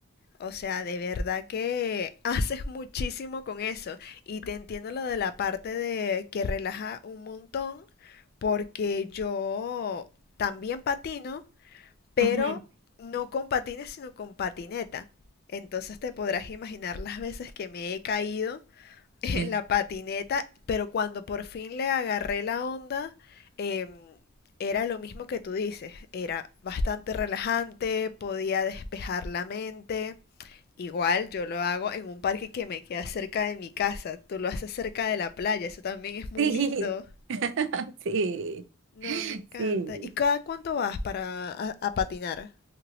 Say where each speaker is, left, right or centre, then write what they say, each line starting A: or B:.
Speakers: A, on the left; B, on the right.
A: O sea, de verdad que <laughs> haces muchísimo con eso. Y te entiendo lo de la parte de que relaja un montón, porque yo también patino, pero
B: Ujú.
A: no con patines, sino con patineta. Entonces te podrás imaginar las veces que me he caído en
B: Sí,
A: la patineta, pero cuando por fin le agarré la onda, em, era lo mismo que tú dices, era bastante relajante, podía despejar la mente. Igual yo lo hago en un parque que me queda cerca de mi casa, tú lo haces cerca de la playa, eso también es muy
B: <laughs>
A: lindo.
B: sí, sí,
A: No, me encanta.
B: sí.
A: ¿Y cada cuánto vas para a, a patinar?